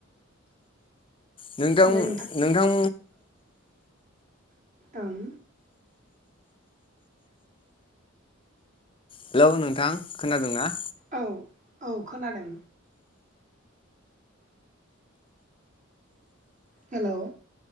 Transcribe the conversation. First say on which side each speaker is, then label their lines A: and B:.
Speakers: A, on the left (about 25°); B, on the right (about 35°).
A: नोंथां
B: ओमफ्राय
A: नोंथां
B: ओं।
A: हेलौ नोंथां खोनादोंना?
B: औ औ खोनादों। हेलौ।